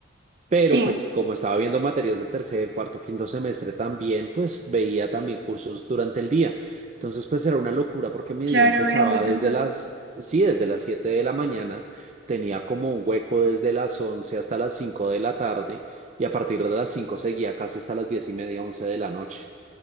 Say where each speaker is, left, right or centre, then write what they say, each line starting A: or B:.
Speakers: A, on the right; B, on the right.
A: Pero
B: sí.
A: pues como estaba viendo materias de tercer, cuarto, quinto semestre también pues veía también cursos durante el día. Entonces pues era una locura porque mi
B: Claro,
A: día empezaba
B: era muy
A: desde
B: duro.
A: las, sí, desde las 7 de la mañana, tenía como un hueco desde las 11 hasta las 5 de la tarde y a partir de las 5 seguía casi hasta las 10 y media, 11 de la noche.